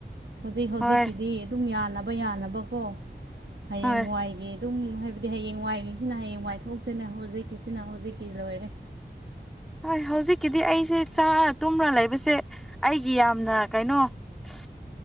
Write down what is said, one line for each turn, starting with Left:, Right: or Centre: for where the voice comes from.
Right: ꯍꯧꯖꯤꯛ ꯍꯧꯖꯤꯛꯀꯤꯗꯤ
Centre: ꯍꯣꯏ
Right: ꯑꯗꯨꯝ ꯌꯥ ꯁꯥꯟꯅꯕ ꯌꯥꯅꯕꯀꯣ ꯍꯌꯦꯡꯋꯥꯋꯥꯏꯒꯤ
Centre: ꯍꯣꯏ
Right: ꯑꯗꯨꯝ ꯍꯥꯏꯕꯗꯤ ꯍꯌꯦꯡ ꯋꯥꯏꯒꯤꯁꯤꯅ ꯍꯌꯦꯡ ꯋꯥꯏꯊꯣꯛꯇꯣꯏꯅꯦ ꯍꯧꯖꯤꯛꯀꯤꯁꯤꯅ ꯍꯧꯖꯤꯛꯀꯤ ꯂꯣꯏꯔꯦ
Centre: ꯍꯣꯏ ꯍꯧꯖꯤꯛꯀꯤꯗꯤ ꯑꯩꯁꯦ ꯆꯥꯔ ꯇꯨꯝꯔ ꯂꯩꯕꯁꯦ ꯑꯩꯒꯤ ꯌꯥꯝꯅ ꯀꯩꯅꯣ <unintelligible>